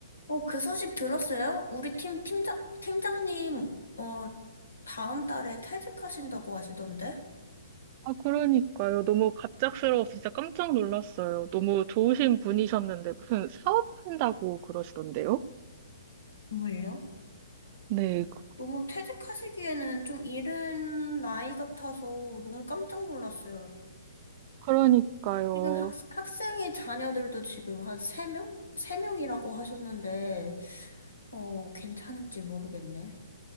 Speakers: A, on the left (about 80°); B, on the right (about 35°).
A: 어, 그 소식 들었어요? 우리 팀 팀장, 팀장님, 어, 다음 달에 퇴직하신다고 하시던데?
B: 아, 그러니까요. 너무 갑작스러워서 진짜 깜짝 놀랐어요. 너무 좋으신 분이셨는데 무슨 사업한다고 그러시던데요?
A: 정말요?
B: 네, 그-
A: 너무 퇴직하시기에는 좀 이른 나이 같아서 너무 깜짝 놀랐어요.
B: 그러니까요.
A: 지금 학, 학생의 자녀들도 지금 한 세명세명이라고 하셨는데, 어, 괜찮을지 모르겠네.